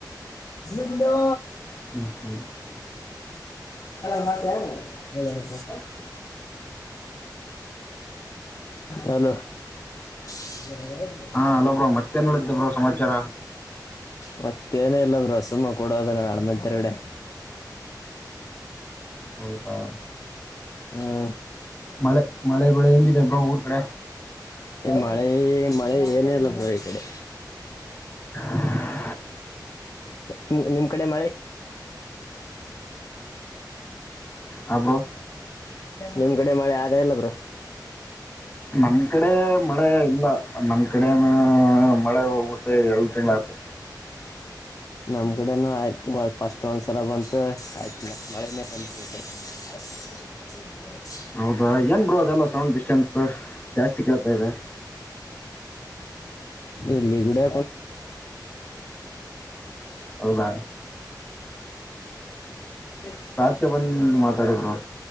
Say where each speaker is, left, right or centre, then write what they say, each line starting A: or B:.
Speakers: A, on the left; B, on the left.
A: ಇಲ್ಲೋ.
B: ಹ್ಮ್ ಹ್ಮ್
A: <unintelligible> ಮತ್ತೆ.
B: ಹ <inaudible>
A: ಹಲೋ ಹ್ಮ್ <inaudible>
B: ಹ ಅಲ ಬ್ರೋ ಮತ್ತೇನ್ ಹೇಳಿದ್ದೆ ಬ್ರೋ ಸಮಾಚಾರ.
A: ಮತ್ತೇನ ಇಲ್ಲಬ್ರೋ ಸುಮ್ಮ ಕೂಡೋದ ನ ಅಡ್ಮಂತರಗಡೆ.
B: ಹೌದಾ.
A: ಹ್ಮ್.
B: ಮಳೆ ಮಳೆ ಬೆಳೆ ಹೆಂಗಿದೆ ಬ್ರೋ ಊರ್ ಕಡೆ
A: ಮಳೆ ಮಳೆ ಏನ ಇಲ್ಲ ಬ್ರೋ ಈ ಕಡೆ.
B: <inaudible>
A: ನಿ ನಿಮ್ ಕಡೆ ಮಳೆ.
B: ಹಾ ಬ್ರೋ
A: ನಿಮ್ ಕಡೆ ಮಳೆ ಆದ ಎಲ್ಲ ಬ್ರೋ.
B: ನಮ್ ಕಡೆ ಮಳೆ ಇಲ್ಲ ನಮ್ ಕಡೆನು ಮಳೆ ಹೋಗ್ಬಿಟ್ಟು ಎರಡು ತಿಂಗಳ ಆಯ್ತು.
A: ನಮ್ ಕಡೆನುೂ ಆಯ್ತು ಬಾಳ್ ಪಷ್ಟೊಂದ್ಸಲ ಬಂತ ಆಯ್ತ್ ಮತ್ ಮಳೆನೆ <unintelligible>
B: ಹೌದಾ ಏನ್ ಬ್ರೋ ಅದೆಲ್ಲ ಸೌಂಡ್ ಡಿಸ್ಟೆನ್ಸ್ ಜಾಸ್ತಿ ಕೇಳತಾ ಇದ?
A: ಇಲ್ಲಿ <unintelligible> ಬ್ರೋ
B: ಹೌದಾ
A: <unintelligible>
B: ಈಚೆ ಬಂದ್ ಮಾತಾಡಿ ಬ್ರೋ.